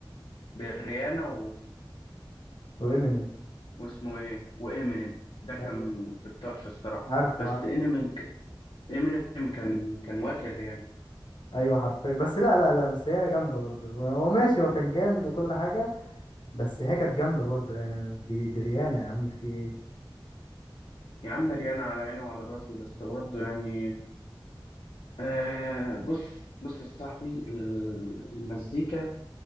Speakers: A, on the left; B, on the left.
A: بين ريانا
B: وامينيم
A: واسمه ايه وامينيم ده كان
B: أيوة.
A: في الطرش الصراحه
B: عارفه
A: بس
B: عارفه
A: امينيم امينيم كان كان واكل ريان
B: ايوه حرفيا بس لا لا لا بس هي جامده برضه هو ماشي هو كان جامد وكل حاجه بس هي كانت جامدة برضه يعني دي دي ريانة يا عم في ايه
A: يا عم ريان على عيني وعلى راسي بس برضه يعني آه بص بص يا صاحبي ال- المزيكا